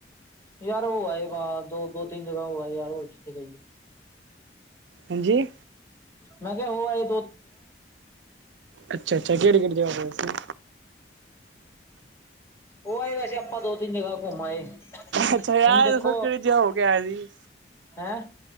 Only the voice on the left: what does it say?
ਯਾਰ ਹੋ ਆਏ ਬਾਹਰ, ਦੋ -ਦੋ -ਤਿੰਨ ਜਗ੍ਹਾ ਹੋ ਆ ਯਾਰ ਹੋ ਕਿਥੇ ਜਾਈਏ
ਮੈਂ ਕਿਹਾ ਹੋ ਆਈ
ਹੋ ਆਏ ਵੈਸੇ ਆਪਾਂ ਦੋ -ਤਿੰਨ ਜਗ੍ਹਾ ਘੁੰਮ ਆਏ
ਹੁਣ
ਦੇਖੋ
ਹੈਂ